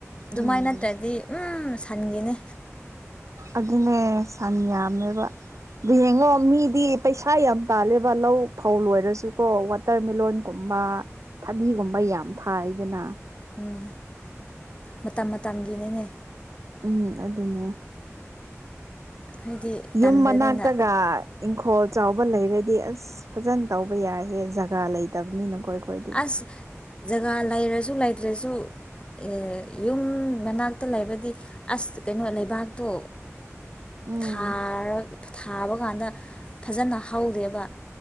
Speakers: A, on the left; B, on the right.
A: ꯑꯗꯨꯃꯥꯏꯅ
B: ꯎꯝ
A: ꯅꯠꯇ꯭ꯔꯗꯤ ꯎꯝ ꯁꯟꯒꯦꯅꯦ
B: ꯑꯗꯨꯅꯦ ꯁꯟ ꯌꯥꯝꯃꯦꯕ ꯑꯗꯨ ꯌꯦꯡꯉꯣ ꯃꯤꯗꯤ ꯄꯩꯁꯥ ꯌꯥꯝ ꯇꯥꯜꯂꯦꯕ ꯂꯧ ꯐꯧ ꯂꯣꯏꯔꯁꯨꯀꯣ ꯋꯥꯇꯔ ꯃꯂꯣꯟꯒꯨꯝꯕ ꯊꯕꯤꯒꯨꯝꯕ ꯌꯥꯝ ꯊꯥꯏꯗꯅ
A: ꯎꯝ ꯃꯇꯝ ꯃꯇꯝꯒꯤꯅꯦꯅꯦ
B: ꯎꯝ ꯑꯗꯨꯅꯦ
A: ꯍꯥꯏꯗꯤ ꯇꯟꯕꯅꯤꯅ
B: ꯌꯨꯝ ꯃꯅꯥꯛꯇꯒ ꯏꯪꯈꯣꯜ ꯆꯥꯎꯕ ꯂꯩꯔꯗꯤ ꯑꯁ ꯐꯖꯅ ꯇꯧꯕ ꯌꯥꯏꯍꯦ ꯖꯒꯥ ꯂꯩꯇꯕꯅꯤꯅꯈꯣꯏ ꯑꯩꯈꯣꯏꯗꯤ
A: ꯑꯁ ꯖꯒꯥ ꯂꯩꯔꯁꯨ ꯂꯩꯇ꯭ꯔꯁꯨ ꯑꯦ ꯌꯨꯝ ꯃꯅꯥꯛꯇ ꯂꯩꯕꯗꯤ ꯑꯁ ꯀꯩꯅꯣ ꯂꯩꯕꯥꯛꯇꯣ
B: ꯎꯝ
A: ꯊꯥꯔ ꯊꯥꯕ ꯀꯥꯟꯗ ꯐꯖꯅ ꯍꯧꯗꯦꯕ